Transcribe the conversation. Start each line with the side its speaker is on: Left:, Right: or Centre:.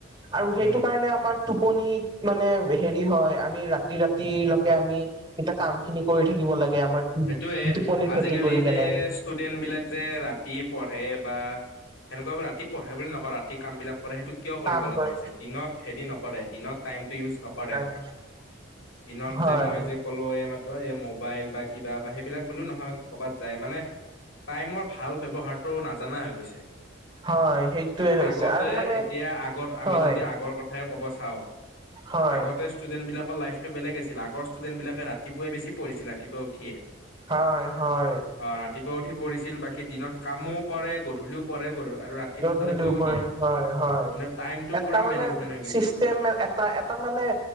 Right: আৰু
Left: উম।
Right: সেইটো কাৰণে আমাৰ টোপনিত মানে হেৰি হয় আমি ৰাতি ৰাতিলৈকে আমি এতিয়া কাম খিনি কৰি থাকিব লাগে আমাৰ
Left: সেইটোয়ে
Right: টোপনি
Left: আজি
Right: ক্ষতি
Left: কালি
Right: কৰি কেনে
Left: যে ষ্টুডেন্ট বিলাক যে ৰাতি পঢ়ে বা সেনেকুৱা ৰাতি পঢ়ে বুলি নকওঁ ৰাতি কামবিলাক কৰে সেইটো কিয় কৰিব
Right: কাম
Left: লগা
Right: কৰে
Left: হৈছে দিনত হেৰি নকৰে দিনত টাইমটো ইউজ নকৰে
Right: <inaudible>
Left: দিনত
Right: হয়
Left: যে মই যে কলো এই মাত্ৰ এই মোবাইল বা কিবা বা সেইবিলাক কোনো নহয় কৰ'বাত যায় মানে টাইমৰ ভাল ব্যৱহাৰটো নাজানা হৈ গৈছে।
Right: হয় সেইটোয়ে হৈছে
Left: আগতে
Right: আৰু মানে
Left: এতিয়া আগত আমি
Right: হয়
Left: যদি আগৰ ক থাই কব চাওঁ
Right: হয়
Left: আগতে ষ্টুডেট লাইফটো বেলেগ আছিল আগৰ ষ্টুডেণ্ট বিলাকে বেছি পঢ়িছিল ৰাতিপুৱা উঠিয়ে।
Right: হয় হয়।
Left: অ ৰাতিপুৱা উঠি পঢ়িছিল বাকী দিনত কামো কৰে গধূলিও পঢ়ে গধ আৰু ৰাতি
Right: গধূলিও
Left: সোনকালে শুইও
Right: কৰে
Left: দিয়ে
Right: হয় হয়
Left: মানে টাইমটো
Right: এটা
Left: পুৰা
Right: মানে
Left: মেনেজমেন্ট হৈ গৈছিল
Right: চিষ্টেম এ নেকুৱা এটা মানে